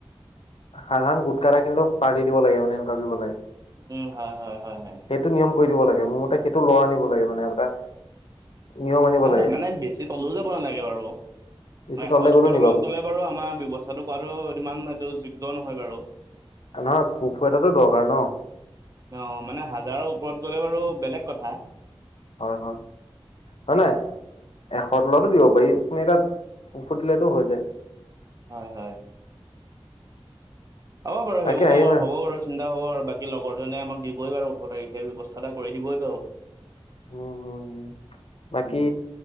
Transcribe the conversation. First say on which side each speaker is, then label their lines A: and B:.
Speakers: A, on the left (about 80°); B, on the right (about 35°).
A: সাধাৰণ গোটকা এটা কিন্তু পাৰ্টি দিব লাগে মানে এনেকোৱাকে গলে
B: উম হয় হয় হয় হয়
A: সেইটো নিয়ম কৰি দিব লাগে মোৰ মতে সেইটো লৰা আনিব লাগে মানে এটা নিয়ম আনিব
B: হয়
A: লাগে।
B: হয় মানে বেছি তললেও যাব নালাগে বাৰু হব
A: বেছি
B: মানে এশ
A: তললে
B: দুশৰ
A: গ'লো নি
B: তলত গলে বাৰু আমাৰ ব্যৱস্থাতো কৰাতো ইমান সেটো যোগ্য নহয় বাৰু
A: নহয় ফুফু এটাতো দৰকাৰ ন
B: অ মানে হাজাৰৰ ওপৰত গ'লে বাৰু বেলেগ কথা
A: হয় হয় হয় নাই এশৰ তলতো দিব পাৰি আপুনি তাত ফু ফুটিলেতো হৈ যায়
B: হয় হয় হ'ব বাৰু
A: তাকে
B: সেইবোৰ বাৰু
A: আহিবা
B: হব বাৰু চিন্তা হব আৰু বাকী লগৰজনে আমাক দিবই পাৰু ওঠৰ তাৰিখে ব্যৱস্থা এটা কৰি দিবই বাৰু
A: উম হম হু বাকি
B: উম